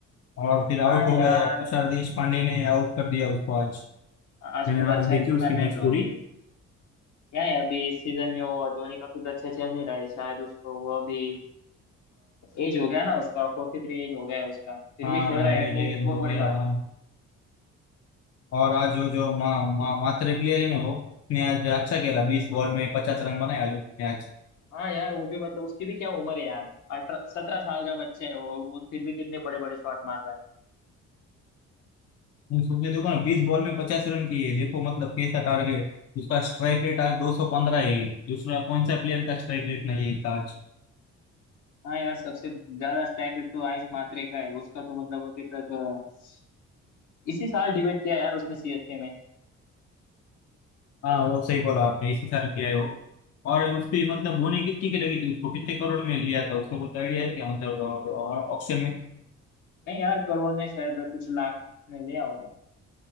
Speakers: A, on the left; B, on the left.
A: और फिर
B: हाँ
A: आउट हो
B: यार
A: गया तुषार देशपांडे ने आउट कर दिया उसको आज
B: आज
A: मैंने
B: कुछ अच्छा
A: आज देखी
B: खेला
A: उसकी
B: नहीं
A: मैच
B: धोनी
A: पूरी
B: क्या है अभी इस सीजन में वो धोनी का कुछ अच्छा चल नहीं रहा है शायद उसको वो अभी एज हो गया ना उसका फोर्टी थ्री एज हो गया है उसका फिर
A: हाँ
B: भी खेल रहा है
A: ये
B: यार वो
A: जेल
B: वो
A: हो
B: बड़ी
A: गया
B: बात
A: हाँ।
B: है
A: और आज वो जो मा, मा, मात्रे प्लेयर है ना वो उसने आज अच्छा खेला बीस बॉल में पचास रन बनाए आज उसने आज
B: हाँ यार वो भी मतलब उसकी भी क्या उम्र है यार अठारह सत्रह साल का बच्चा है वो वो फिर भी कितने बड़े बड़े शॉट मार रहा है
A: उसने देखो ना बीस बॉल में पचास रन किए देखो मतलब कैसा टारगेट उसका स्ट्राइक रेट आज दो सौ पंद्रह है दूसरा कौन सा प्लेयर का स्ट्राइक रेट नहीं है इसका आज
B: हाँ यार सबसे ज्यादा स्ट्राइक रेट तो आयुष मात्रे का है उसका तो मतलब अभी तक अ, इसी साल डिबेट किया यार उसने सीएसके में
A: हाँ वो सही
B: और
A: बोला आपने इसी साल किया है वो और उसकी मतलब बोनी कितनी की लगी थी उसको कितने करोड़ में लिया था उसको कुछ आइडिया है क्या मतलब ऑक्शन में
B: नहीं यार करोड़ ने शायद कुछ लाख में लिया होगा